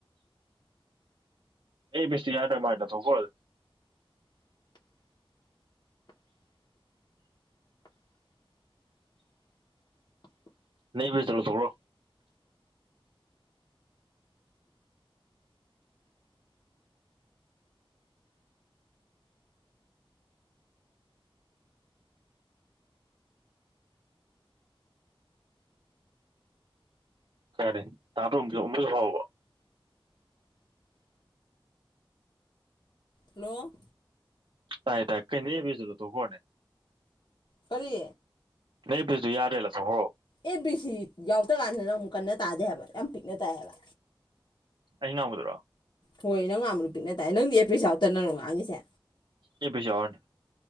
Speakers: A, on the right; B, on the left.
A: ꯑꯦꯄꯤꯁꯇꯨ ꯌꯥꯗꯔ ꯃꯥꯜꯂꯦ ꯂꯥꯡꯊꫭꯛꯈꯔꫭ <unintelligible> ꯅꯪ ꯑꯦꯄꯤꯁꯇꫭ ꯂꯧꯊꯣꯛꯈ꯭ꯔꯣ ꯌꯥꯔꯦ ꯇꯥꯇꯣ <unintelligible> ꯃꯔꯨꯞ ꯍꯥꯎꯔꯕꫭ
B: ꯍꯜꯂꯣ
A: ꯇꯥꯏ ꯇꯥꯏ ꯀꯩꯩꯅꯣ ꯑꯦꯄꯤꯁꯇꯣ ꯂꯧꯊꯣꯛꯈ꯭ꯔꯣꯅꯦ
B: ꯀꯔꯤ
A: ꯅꯪ ꯑꯦꯄꯤꯁꯇꯨ ꯌꯥꯗꯔꯦ ꯂꯧꯊꯣꯛꯈꯔꫭ
B: ꯑꯦꯄꯤꯁꯤ ꯌꯥꯎꯗ ꯀꯥꯟꯗꯅ ꯑꯃꯨꯛ ꯀꯟꯅ ꯇꯥꯗꯦ ꯍꯥꯏꯕ ꯌꯥꯝ ꯄꯤꯛꯅ ꯇꯥꯏꯑꯕ
A: ꯑꯩꯅ ꯉꯥꯡꯕꯗꯔꯣ
B: ꯍꯣꯏ ꯅꯪ ꯉꯥꯡꯕꯗꫭ ꯄꯤꯛꯅ ꯇꯥꯏ ꯅꯪꯗꯤ ꯑꯦꯄꯤꯁ ꯌꯥꯎꯇꯅꯔꯣ ꯉꯥꯡꯉꯤꯁꯦ
A: ꯑꯦꯄꯤꯁ ꯌꯥꯎꯔꯅꯤ